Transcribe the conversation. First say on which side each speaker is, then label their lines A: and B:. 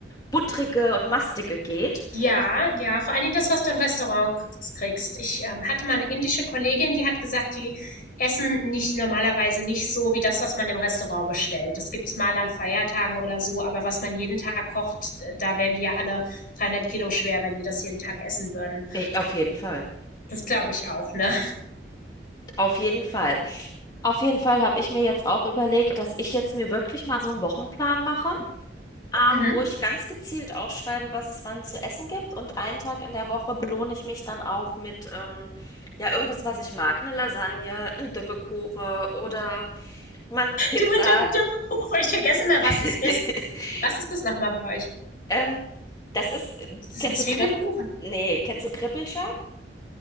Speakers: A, on the left; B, on the left.
A: buttrige und mastige geht.
B: Ja, ja, vor allen Dingen das, was du im Restaurant k kriegst. Ich, ähm, hatte mal eine indische Kollegin, die hat gesagt, die essen nicht normalerweise nicht so wie das, was man im Restaurant bestellt. Das gibt's mal an Feiertagen oder so, aber was man jeden Tag kocht, da wären die ja alle 300 Kilo schwer, wenn die das jeden Tag essen würden.
A: Äh, auf jeden Fall,
B: Das glaube ich auch, ne?
A: auf jeden Fall. Auf jeden Fall habe ich mir jetzt auch überlegt, dass ich jetzt mir wirklich mal so einen Wochenplan mache
B: Mhm.
A: Ähm, wo ich ganz gezielt aufschreibe, was es wann zu essen gibt. Und einen Tag in der Woche belohne ich mich dann auch mit ähm, ja, irgendwas, was ich mag. Eine Lasagne, ein Dippekuchen oder mal eine Pizza.
B: Du mit dem Dippekuchen, ich vergesse immer, was
A: <laughs>
B: das ist. Was ist das nochmal bei euch?
A: Ähm, das ist, äh,
B: Ist das
A: kennst
B: ein Zwiebelkuchen?
A: du Krepp? Nee, kennst du Krippelscher?